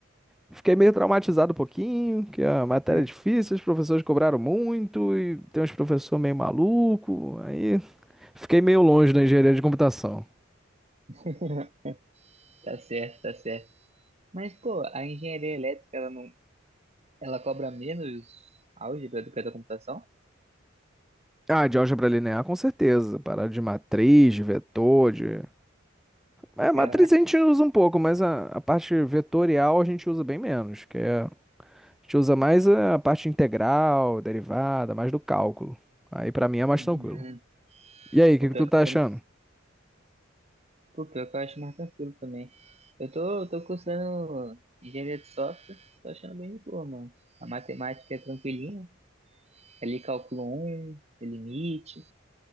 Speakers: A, in the centre; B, on the right (about 35°).
A: fiquei meio traumatizado um pouquinho, que a matéria
B: Hum.
A: é difícil, os professores cobraram muito e tem uns professores meio maluco. Aí fiquei meio longe da engenharia de computação.
B: <laughs> Tá certo, tá certo. Mas, pô, a engenharia elétrica, ela não... Ela cobra menos álgebra do que a da computação?
A: Ah, de álgebra linear, com certeza. Parada de matriz, de vetor, de... É, matriz
B: Caraca.
A: a gente usa um pouco, mas a, a parte vetorial a gente usa bem menos, que é... A gente usa mais a parte integral, derivada, mais do cálculo. Aí pra mim é mais
B: Hum,
A: tranquilo. E aí,
B: pô,
A: o que
B: pior
A: que tu tá
B: que eu, tam-
A: achando?
B: pô, pior que eu acho mais tranquilo também. Eu tô, tô cursando engenharia de software, tô achando bem de boa, mano. A matemática é tranquilinha, Ali cálculo um limite,